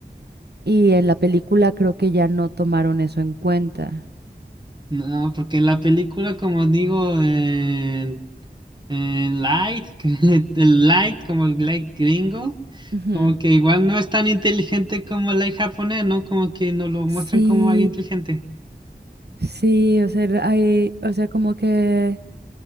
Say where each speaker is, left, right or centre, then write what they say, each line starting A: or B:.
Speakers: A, on the right (about 70°); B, on the right (about 25°).
A: Y en la película creo que ya no tomaron eso en cuenta.
B: No, porque la película, como digo, eh, Eh, Light, <laughs> que- el Light, como el Light gringo,
A: Ujú.
B: como que igual no es tan inteligente como el Light japonés, ¿no? Como que nos lo muestran
A: Sí,
B: como alguien inteligente,
A: sí, o sea, hay, o sea, como que